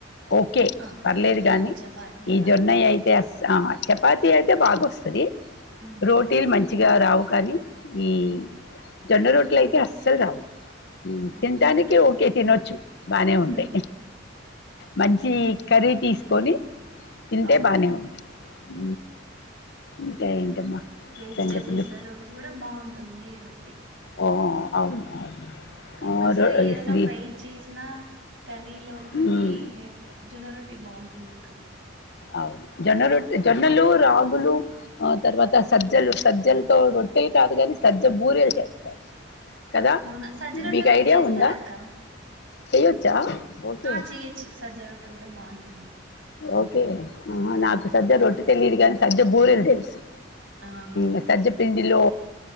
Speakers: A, on the left (about 60°); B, on the right (about 90°).
A: ఓకే
B: ఆ
A: పర్లేదు గాని
B: ఓ చపాతి
A: ఈ
B: అలా
A: జొన్నయి అయితే అస్ ఆహా చపాతి అయితే బాగా వస్తుంది
B: ఉమ్
A: రోటీల్ మంచి రావు కానీ ఈ జొన్న రోట్లు అయితే అస్సలు రావు
B: అవునా
A: తింటానికి ఓకే తినొచ్చు బానే
B: ఉమ్
A: ఉంటాయి. మంచి కర్రీ తీసుకొని తింటే
B: అవును
A: బానే ఉంటు హు ఇంకా ఏంటమ్మా
B: వెజిటేబుల్స్లలోకి
A: సంగతులు
B: కూడా బాగుంటుంది. ఈ రొట్టె
A: ఓ! అవును. అవును.
B: కంపల్సరీ
A: ఆహ్, రొ
B: ఏదైనా
A: ఇస్లీ
B: ఫ్రై చేసినా కర్రీలో కాగాని
A: హ్మ్.
B: జొనరొట్ టి బాగుంటుంది అక్క
A: అవు జొన్న రొట్టె జొన్నలు రాగులు ఆ తర్వాత సజ్జలు సజ్జలతో రొట్టెలు కాదు కానీ సజ్జ బూరెలు చేస్తారు కదా!
B: అవునా సజ్జ రొట్ట
A: మీకు
B: కూడా
A: ఐడియా
B: చేస్తారు
A: ఉందా?
B: అక్క
A: చేయొచ్చా? ఓకే.
B: ఆ చేయొచ్చు సజ్జ రొట్ట కూడా బాగుంటుంది
A: ఓకే. నాకు
B: ఉమ్
A: సద్య రొట్టి తెలి ఏన్ సజ్జ బూరెలు తెలుసు
B: అవునులే
A: ఉ సజ్జ పిన్ ఇందులో